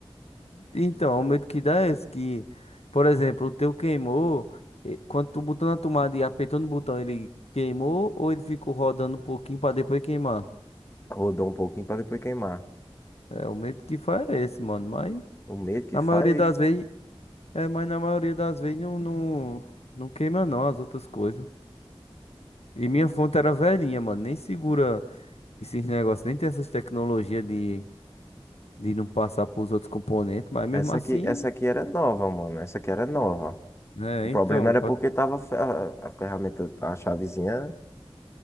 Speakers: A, on the left (about 90°); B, on the left (about 25°).
A: Então, o medo que dá é esse que, por exemplo, o teu queimou, eh, quando tu botou na tomada e apertou no botão, ele queimou ou ele ficou rodando um pouquinho pra depois queimar?
B: rodou um pouquinho para depois queimar.
A: É, o medo que faz é esse, mano. Mas
B: O medo que
A: na maioria
B: faz.
A: das vezes, é, mas na maioria das vezes não, não, não queima não as outras coisas. E minha fonte era velhinha, mano. Nem segura esses negócios, nem tem essas tecnologias de, de não passar pros outros componentes, mas mesmo
B: Essa
A: assim.
B: aqui, essa aqui era nova, mano. Essa aqui era nova.
A: É,
B: O problema
A: então,
B: era
A: pode
B: porque tava fe- a, a ferramenta, a chavezinha